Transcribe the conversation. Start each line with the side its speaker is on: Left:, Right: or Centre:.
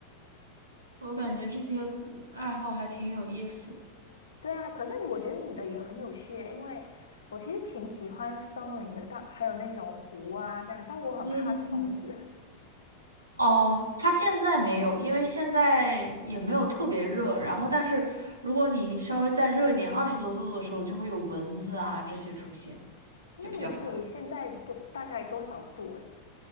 Right: 我感觉这些爱好还挺有意思的。
Left: 对啊，可是我觉得你的也很有趣耶，因为我其实挺喜欢森林的，但还有那种湖啊这样，但我很怕虫子。
Right: 嗯嗯嗯。哦，它现在没有，因为现在也没有特别热。然后，但是如果你稍微再热一点，二十多度的时候，就会有蚊子啊这些出现，
Left: <laughs> 那你那里现在多大概多少度呀？
Right: 就比较烦。